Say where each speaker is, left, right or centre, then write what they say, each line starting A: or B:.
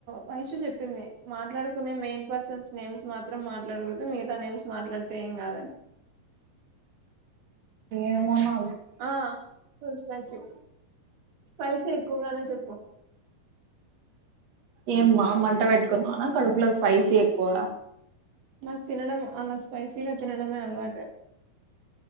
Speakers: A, on the right; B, on the right.
A: వైషు చెప్పింది మాట్లాడుకునే మెయిన్ పర్సన్స్ నేమ్స్ మాత్రం మాట్లాడకూడదు మిగతా నేమ్స్ మాట్లాడితే ఏం కాదని
B: ఏమోనో
A: ఆ తెలుసు తెలుసు పైసా ఎక్కువగానే చెప్పు
B: ఏమ్మా మంట పెట్టుకున్నానా కడుపులో స్పైసీ ఎక్కువ
A: నాకు తినడం అలా స్పపైసీగా తినడమే అలవాటు